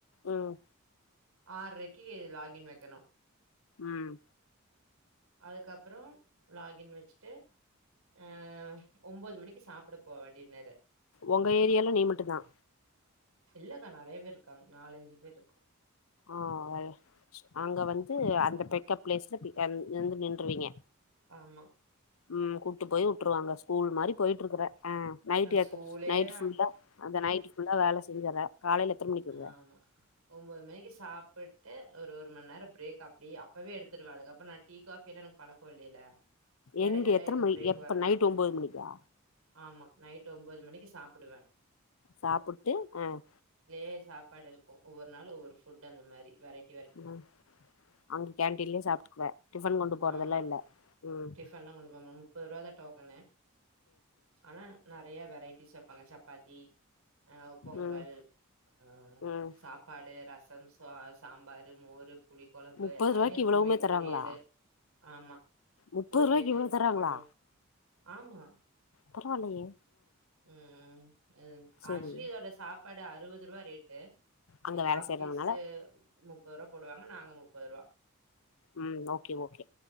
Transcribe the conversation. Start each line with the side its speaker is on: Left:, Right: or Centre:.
Left: ம்
Right: ஆறறைக்கு லாகின் வைக்கணும்
Left: ம்
Right: அதுக்கப் அப்புறம் லாகின் வச்சுட்டு அஹ் ஒன்பது மணிக்கு சாப்பிட போ வேண்டியது நேற
Left: உங்க ஏரியால நீ மட்டும் தான்
Right: இல்லக்கா நெறைய பேர் இருக்காங்க நாலஞ்சு பேர் இருக்கோம்
Left: ஆஹ் வெல் அங்க வந்து அந்த பிக்கப் பிளேஸ்ல பிக்கன் இருந்து நின்றுவீங்க
Right: ஆமா
Left: உம் கூட்டு போய் வுட்ருவாங்க ஸ்கூல் மாரி போய்ட்டுருக்குற ஆஹ் நைட்டு்
Right: அ
Left: எத்த
Right: ஸ்கூலேதா
Left: நைட் ஃபுல்லா அந்த நைட்டு ஃபுல்லா வேல செஞ்சற காலைல எத்தன மணிக்கு வருவ
Right: ஆமா ஒம்பொது மணிக்கி ஸ் சாப் புட்டு ஒரு ஒரு மண் நேரம் பிரேக் அப்டி அப்பவே எடுத்துருவே அதுக்கப்புறம் நான் டீ காஃபி எல்லா எனக்கு பழக்கம் இல்லேல எடைலல்லாம்
Left: எங்க எத்தன
Right: எதும்
Left: மணி
Right: பிரேக்
Left: எப்ப
Right: வர
Left: நைட்
Right: மாட்டேன்
Left: ஒம்போது மணிக்கா
Right: ஆமா நைட் ட்டு ஒம்பது மணிக்கு சாப்புடுவே
Left: சாப்புட்டு ஆஹ்
Right: ப்பே சாப்பாடு இருக்கும் ஒவ்வொரு நாளும் ஒவ்வொரு ஃபுட் அந்த மாறி வெரைட்
Left: உம் அங்க கேண்டீன்லயே சாப்ட்டுக்குவ டிஃபன் கொண்டு போறதெல்லாம்
Right: ஆமா
Left: இல்லை உம்
Right: டிஃபன்லா கொண்டு போமா முப்பது ருபா தா டோக்கனு ஆனா நெறைய வெரைட்டிஸ் அ பாங்க சப்பாத்தி ஆஹ் பொங்கல்
Left: ம்
Right: ஆஹ்
Left: ம்
Right: சாப்பாடு ரசம் பா சாம்பாரு மோரு புளி கொழம்பு
Left: முப்பது
Right: எல்லாமே
Left: ரூவாய்க்கு
Right: இருக்குன்னு
Left: இவ்வளவுமே
Right: வை
Left: தராங்களா
Right: பொரியலு ஆமா
Left: முப்பது
Right: பொரியலு
Left: ரூவாய்க்கு இவ்வளவு
Right: பப்படம்
Left: தராங்களா
Right: ஆமா
Left: பரவால்லயே
Right: உம் உம்
Left: சேரி
Right: ஆக்சுவலி இதோட சாப்பாடு அறுபது ருவா ரேட்டு
Left: அங்க
Right: எங்க
Left: வேல
Right: ஆஃபீசு
Left: செய்றதுனால
Right: முப்பது ருவா போடுவாங்க நாங்க முப்பது ருவா
Left: உம் ஓகே ஓகே